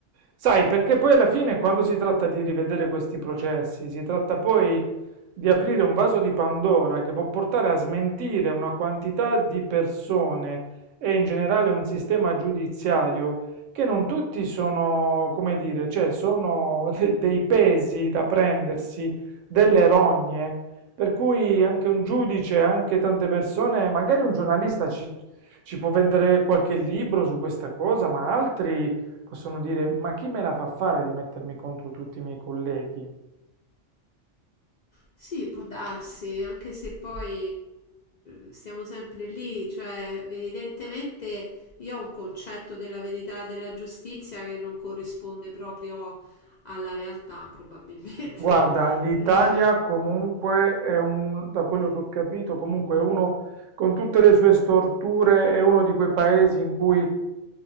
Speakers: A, on the right (about 80°); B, on the left (about 60°).
A: Sai, perché poi alla fine quando si tratta di rivedere questi processi, si tratta poi di aprire un vaso di Pandora che può portare a smentire una quantità di persone e in generale un sistema giudiziario che non tutti sono, come dire, cioè sono <laughs> de- dei pesi da prendersi, delle rogne per cui anche un giudice, anche tante persone, magari un giornalista ci, ci può vendere qualche libro su questa cosa, ma altri possono dire: Ma chi me la fa fare di mettermi contro tutti i miei colleghi?
B: Sì, può darsi, anche se poi eh, siamo sempre lì, cioè evidentemente io ho un concetto della verità e della giustizia che non corrisponde proprio alla realtà, probabilmente.
A: Guarda, l'Italia
B: <laughs>
A: comunque è un, da quello che ho capito, comunque è uno, con tutte le sue storture, è uno di quei paesi in cui